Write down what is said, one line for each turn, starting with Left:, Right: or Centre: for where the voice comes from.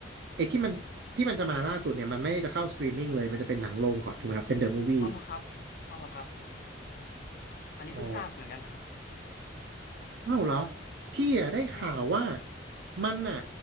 Right: ไอ้ที่มันที่มันจะมาล่าสุดเนี่ยมันไม่ได้จะเข้าสตรีมมิ่งเลยมันจะเป็นหนังโรงก่อนถูกไหมครับเป็นเดอะมูฟวี่
Left: อ๋อเหรอครับอ๋อเหรอครับอันนี้เพิ่งทราบเหมือนกันครับ
Right: อ๋อ เอ้าเหรอพี่อะได้ข่าวว่า
Left: ใช่
Right: มันอ่ะ